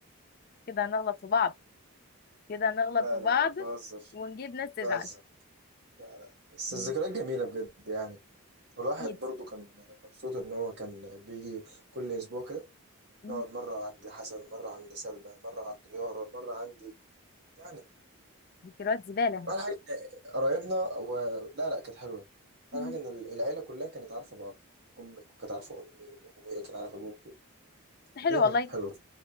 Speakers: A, on the left; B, on the right.
A: كده هنغلط في بعض كده هنغلط
B: لا
A: في بعض
B: لا لا بهزر
A: ونجيب ناس تزعل
B: بهزر لا لا بس
A: مم.
B: الذكريات جميلة بجد يعني والواحد
A: اكيد
B: برضو كان مبسوط إن هو كان بيجي كل أسبوع كده
A: مم.
B: نقعد مرة عند حسن مرة عند سلمى مرة عند يارا مرة عندي يعني
A: ذكريات زبالة
B: أول حاجة إن قرايبنا و... لا لا كانت حلوة
A: بس
B: أول حاجة إن العيلة كلها كانت عارفة بعض أمك كانت عارفة أمي وأبويا كان عارف أبوك
A: حلو
B: الدنيا
A: والله
B: كانت حلوة